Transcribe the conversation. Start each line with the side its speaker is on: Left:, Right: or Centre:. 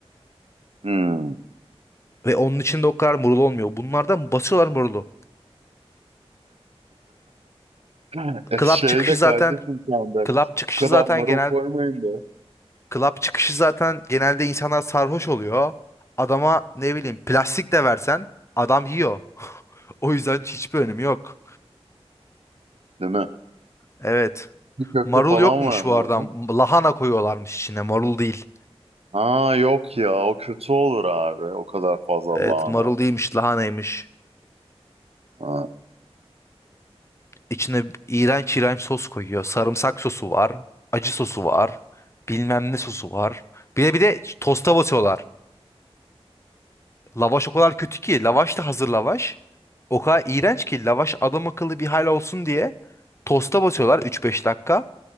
Right: Hmm.
Left: Ve onun içinde o kadar marul olmuyor. Bunlardan basıyorlar marulu.
Right: <laughs> E
Left: Club
Right: şey
Left: çıkışı
Right: de
Left: zaten
Right: kardeşim sen de.
Left: club çıkışı
Right: Bu kadar
Left: zaten
Right: marul
Left: genel
Right: koymayın da.
Left: club çıkışı zaten genelde insanlar sarhoş oluyor. Adama ne bileyim plastik de versen adam yiyor. <laughs> O yüzden hiçbir önemi yok.
Right: Değil mi?
Left: Evet.
Right: Bir köfte
Left: Marul
Right: falan
Left: yokmuş
Right: var
Left: bu
Right: mı
Left: arada.
Right: orada?
Left: Lahana koyuyorlarmış içine. Marul değil.
Right: Aa yok ya o kötü olur abi. O kadar fazla
Left: Evet,
Right: lahana.
Left: marul değilmiş, lahanaymış.
Right: Ha.
Left: İçine iğrenç iğrenç sos koyuyor. Sarımsak sosu var. Acı sosu var. Bilmem ne sosu var. Bir de bir de tosta batıyorlar. Lavaş o kadar kötü ki. Lavaş da hazır lavaş. O kadar iğrenç ki lavaş adam akıllı bir hal olsun diye tosta batıyorlar üç beş dakika.